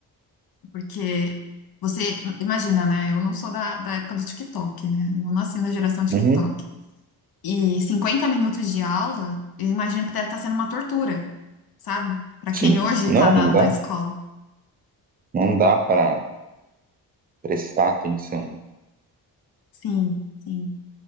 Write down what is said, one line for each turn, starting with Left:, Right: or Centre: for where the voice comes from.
Left: Porque você, imagina, né? Eu não sou da, da época do TikTok, né? Eu não nasci na geração TikTok.
Right: Uhum.
Left: E 50 minutos de aula, eu imagino que deve estar sendo uma tortura, sabe? Para
Right: Sim.
Left: quem hoje
Right: Não,
Left: está na,
Right: não dá.
Left: na escola.
Right: Não dá pra prestar atenção.
Left: Sim, sim.